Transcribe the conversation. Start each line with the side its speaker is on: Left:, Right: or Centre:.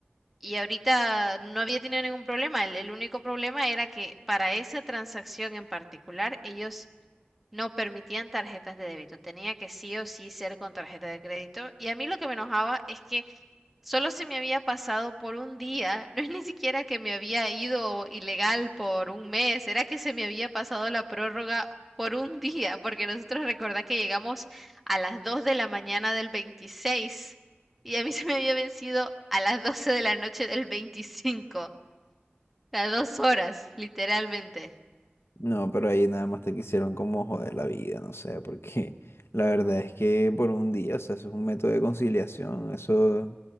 Centre: Y ahorita no había tenido ningún problema. El, el único problema era que para esa transacción en particular, ellos no permitían tarjetas de débito. Tenía que sí o sí ser con tarjeta de crédito. Y a mí lo que me enojaba es que Solo se me había pasado por un día, no es ni siquiera que me había ido ilegal por un mes, era que se me había pasado la prórroga por un <laughs> día, porque nosotros recordá que llegamos a las 2 de la mañana del 26 y a mí se me había vencido a las 12 de la noche del 25, las dos horas, literalmente.
Left: No, pero ahí nada más te quisieron como joder la vida, no sé, porque <laughs> la verdad es que por un día, o sea, eso es un método de conciliación, eso,